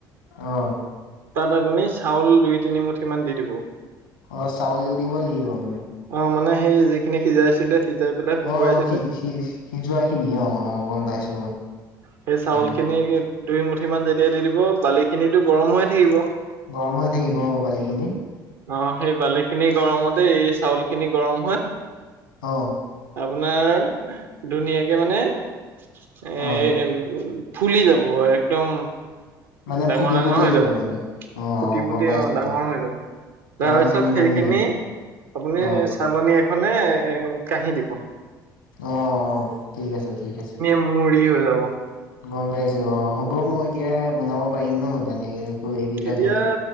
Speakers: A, on the left (about 75°); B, on the right (about 60°).
A: অ
B: তাত আপুনি চাউল দুই তিনিমুঠি মান দি দিব
A: অ চাউল দিব লাগিব আে
B: অ মানে সেই যিখিনি সিজাইছিলে সিজাই পেলাই শুকুৱাইছিলে
A: অ খি সি সিজোৱা খিনি অ অ গম পাইছো
B: সেই চাউল
A: উম,
B: খিনি দুই মুঠি মান যেতিয়া দি দিব বালিখিনিো গৰম হৈয়ে থাকিব
A: গৰম হৈ থাকিব বালিখিনি।
B: অ সেই বালি, খিনি গৰমতে এই চাউল, খিনি গৰম হয়।
A: অ
B: আপোনাৰ ধুনীয়াকে মানে এ
A: অ',
B: উ ফুলি যাব একদম
A: মানে
B: ডাঙৰ-
A: ফুটি
B: ডাঙৰ
A: ফুটি
B: হৈ যাব
A: মানে
B: ফুটি
A: অ',
B: -ফুটি
A: গম পাইছো
B: অ ডাঙৰ হৈ যাব।
A: তাৰপা
B: তাৰপিছত
A: মুৰি বনি
B: সেইখিনি
A: যাব
B: আপুনি
A: অ',
B: চালনী এখনে এ কাহি দিব।
A: অ অ ঠিক আছে ঠিক আছে।
B: মৰি হৈ যাব।
A: গম পাইছো অ হ'ব মই এতিয়া বনাব পাৰিম ন তেনেকে- কৰি দিদিয়া
B: এতিয়া
A: তুমি